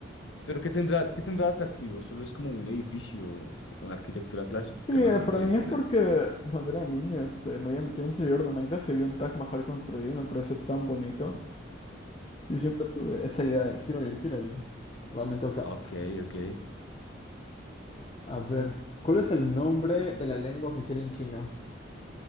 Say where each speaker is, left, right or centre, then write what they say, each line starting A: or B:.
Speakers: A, on the left; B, on the left.
A: Pero ¿qué tendrá, qué tendrá de atractivo? Solo es como un edificio con arquitectura clásica,
B: Sí,
A: ¿no?
B: eh, para
A: De,
B: mí
A: de
B: es
A: la...
B: porque cuando era niño este, me había metido en un servidor de Minecraft y había un Taj Mahal construido y me pareció tan bonito. Y siempre tuve esa idea de quiero ir, quiero ir. Va, me toca.
A: Ok, ok,
B: A ver, ¿cuál
A: listo.
B: es el nombre de la lengua oficial en China?